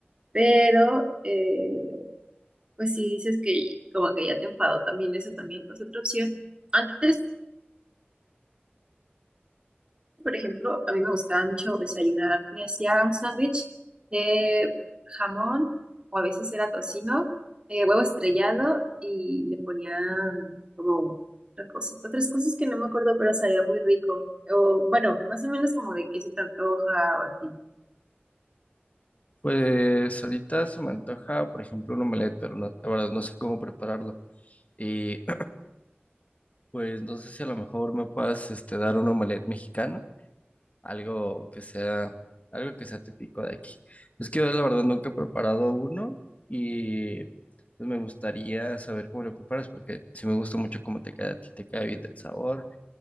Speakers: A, on the right (about 25°); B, on the left (about 35°).
A: pero eh, pues si dices que como que ya te enfadó también eso también, pues otra opción. Antes por ejemplo, a mí me gustaba mucho desayunar. Me hacía un sándwich de jamón, o a veces era tocino, eh, huevo estrellado, y le ponían como otra cosa- otras cosas que no me acuerdo, pero sabía muy rico. O bueno, más o menos como de qué se te antoja o así.
B: Pues ahorita se me antoja, por ejemplo, un omelette, pero no- la verdad no sé cómo prepararlo. Y <clears throat> pues no sé si a lo mejor me puedas este, dar un omelette mexicano. algo que sea, algo que sea típico de aquí. Es que yo la verdad nunca he preparado uno y pues me gustaría saber cómo lo preparas porque sí me gusta mucho cómo te queda a ti, te queda bien el sabor,